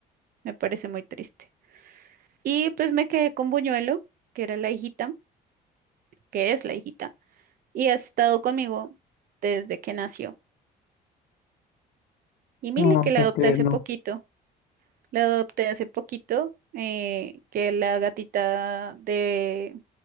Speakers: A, on the right; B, on the left.
A: Me parece muy triste. Y pues me quedé con Buñuelo, que era la hijita, que es la hijita, y ha estado conmigo desde que nació. Y Mili,
B: Oh,
A: que la
B: qué
A: adopté
B: tierno.
A: hace poquito. La adopté hace poquito, eh, que la gatita de...